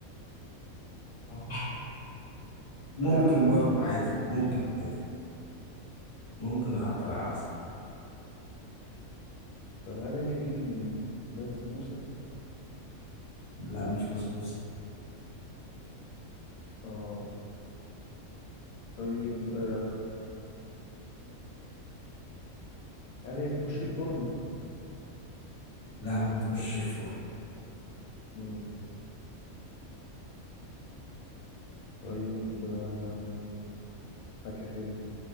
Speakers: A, on the left (about 50°); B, on the left (about 80°).
A: آه، ممكن
B: عليها عسل
A: برضه عادي
B: ممكن
A: ممكن عادي ممكن احط على عسل
B: طب هل هي دي بسبوسة
A: لا مش بسبوسه
B: اه طيب آه، هل هي بتخش الفرن
A: لا ما بتخشش الفرن
B: مم. طيب آه، حاجة حلوة